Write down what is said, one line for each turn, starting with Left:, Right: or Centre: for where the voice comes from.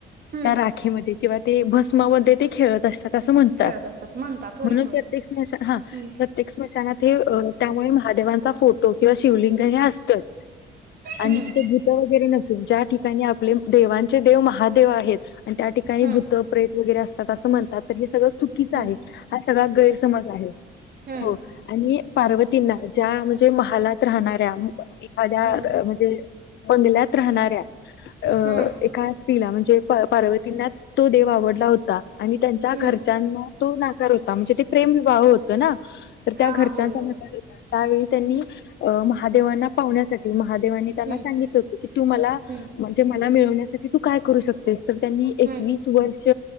Right: हम्म
Left: त्या राखेमध्ये किंवा ते भस्मामध्ये ते खेळत असतात तसं म्हणतात
Right: खेळत असतात म्हणतात होय
Left: म्हणून
Right: होय
Left: प्रत्येक स्मशान ह
Right: हम्म
Left: प्रत्येक स्मशनात हे त्यामुळे महादेवांचा फोटो किंवा शिवलिंग हे असतच आणि
Right: हम्म
Left: तिथे भूत वगैरे नसून ज्या ठिकाणी आपले देवांचे देव महादेव आहेत आणि त्या ठिकाणी
Right: हम्म
Left: भूत प्रेत वगैरे असतात असं म्हणतात तर हे सगळं चुकीचा
Right: हम्म
Left: आहे हा सगळा गैरसमज आहे
Right: हम्म
Left: हो. आणि पार्वतींना ज्या म्हणजे महालात राहणाऱ्या एखाद्या
Right: हम्म
Left: म्हणजे बंगल्यात राहणाऱ्या अ
Right: हम्म
Left: एक खास तिला म्हणजे पा पार्वतींना तो देव आवडला होता आणि त्यांच्या
Right: हम्म
Left: घरच्यांना तो नाकार होता म्हणजे ते प्रेम विवाह होत ना तर
Right: हा
Left: त्या घरच्यांचा
Right: हा होय होय
Left: नकार होता त्यावेळी त्यांनी अ महादेवांना पावण्यासाठी महादेवांनी त्यांना
Right: हम्म
Left: सांगितलं होत की तू मला
Right: हम्म
Left: म्हणजे मला मिळवण्यासाठी तू काय करू शकतेस तर त्यांनी एकवीस
Right: हम्म
Left: वर्ष